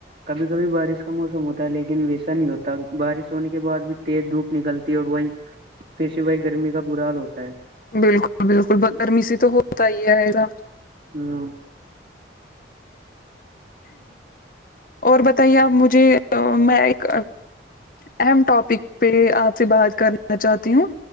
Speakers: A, on the right (about 50°); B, on the left (about 50°).
A: کبھی کبھی بارش کا موسم ہوتا ہے لیکن ویسا نہیں ہوتا بارش ہونے کے بعد بھی تیز دھوپ نکلتی اور وہی پھر سے وہی گرمی کا برا حال ہوتا ہے
B: بالکل بالکل گرمی سے تو ہوتا ہی ہے ہے گا
A: ہوں
B: اور بتائیے آپ مجھے میں ایک اہم ٹاپک پہ آپ سے بات کرنا چاہتی ہوں